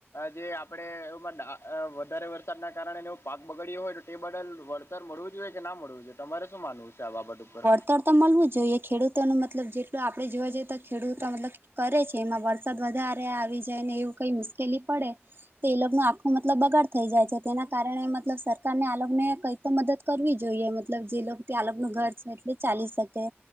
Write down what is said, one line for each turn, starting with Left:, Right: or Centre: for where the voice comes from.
Left: જે આપડણે એમાં વધારે વરસાદના કારણે પાક બગડ્યો હોય તો તે બદલ. સર મળવું જોઈએ, કે ના મળવું જોઈએ તમારે શું માનવું છે આ બાબત ઉપર?
Right: તર તો મળવું જ જોઈએ ખેડૂતો ન મતલબ જેટલ આપણે જોવા જઈએ તો ખેડૂત મતલબ કરે છે એમાં વરસાદ વધારે આવી જાય ને એવું કઈ મુશ્કેલી પડે. તે એ લોગનું આખું મતલબ બગાડ થઈ જાય છે તેના કારણે મતલબ સરકારને આને કઈ તો મદદ કરવી જોઈએ મતલબ જે લોકો ત્યાં લોકોનું ઘર છે એટલે ચાલી શકે,